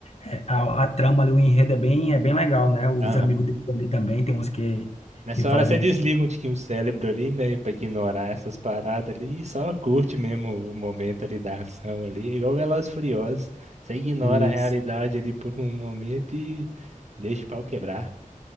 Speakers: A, on the left; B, on the right.
A: é, a, a trama ali, o enredo é bem é bem legal, né? Os
B: aham,
A: amigos dele ali também tem uns que
B: Nessa
A: que fazem
B: hora você
A: um
B: desliga um tiquinho o cérebro ali, né? Pra ignorar essas paradas ali e só curte mesmo o momento ali da ação ali. É igual Velozes e Furiosos. Você ignora
A: isso.
B: a realidade ali por um momento e deixa o pau quebrar.